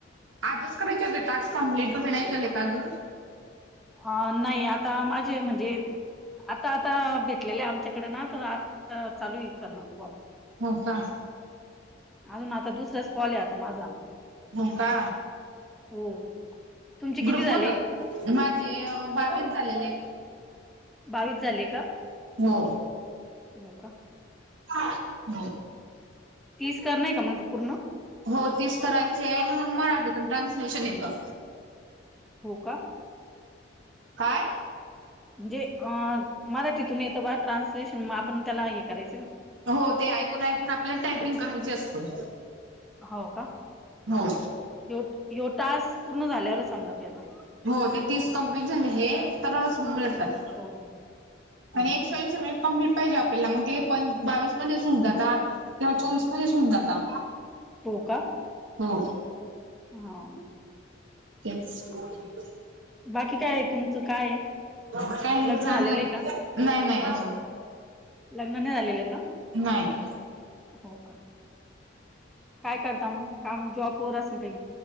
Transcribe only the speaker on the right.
आजच करायचे होते टास्क कमप्लीट तुम्ही नाही केल का अजुन?
हो का?
हो का,
ग्रुप
मधुन माझे बावीस झालेले
हो
<unintelligible> हो
हो तीस करायचे आणि मग मराठीतून ट्रान्सलेशन येतं
काय?
हो ते ऐकून ऐकून आपल्याला टायपिंग करायचे असते
हो
हो ते तीस कंपनी झाली हे, तरच मिळतात.
आणि एक ऐंशी मिनिट कम्प्लीट पाहिजे आपल्याला, मग ते प बावीसमध्ये सुरू जातात किंवा चोवीस मध्येच होऊन जाता
हो
<unintelligible>
काही नाही
चांगलं
नाही नाही अजून
नाही.